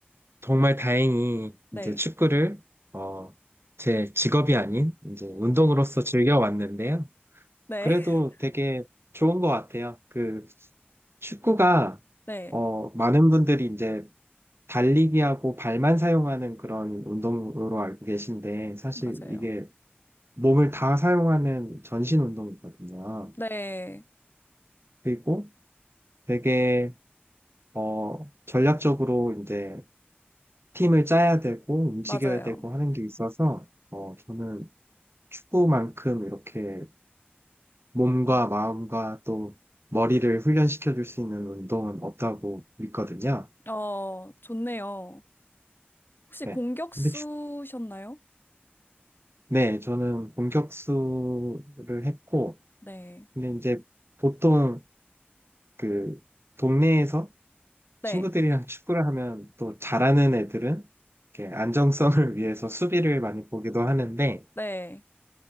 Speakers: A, on the right; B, on the left.
A: 정말 다행히
B: 네,
A: 이제 축구를 어, 제 직업이 아닌 이제 운동으로서 즐겨왔는데요.
B: 네,
A: 그래도
B: <laughs>
A: 되게 좋은 것 같아요. 그 축구가
B: 네,
A: 어, 많은 분들이 이제 달리기하고 발만 사용하는 그런 운동으로 알고 계신데 사실
B: 맞아요.
A: 이게 몸을 다 사용하는 전신 운동이거든요.
B: 네,
A: 그리고 되게 어, 전략적으로 이제 팀을 짜야 되고 움직여야
B: 맞아요.
A: 되고 하는 게 있어서 어, 저는 축구만큼 이렇게 몸과
B: 음.
A: 마음과 또 머리를 훈련시켜 줄 수 있는 운동은 없다고 믿거든요.
B: 어, 좋네요. 혹시
A: 네.
B: 공격수셨나요?
A: 근데 축- 네, 저는 공격수를 했고,
B: 네,
A: 근데 이제 보통 그 동네에서
B: 네,
A: 친구들이랑 축구를 하면 또 잘하는 애들은 이렇게 안정성을 <laughs> 위해서 수비를 많이 보기도 하는데,
B: 네.